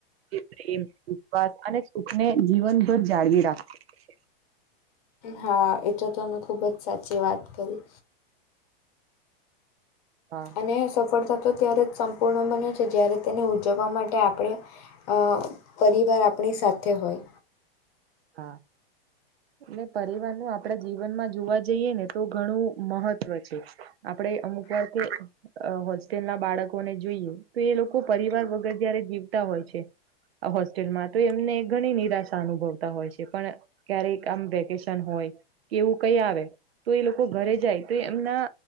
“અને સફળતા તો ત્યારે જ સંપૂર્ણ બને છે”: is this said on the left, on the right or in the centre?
Left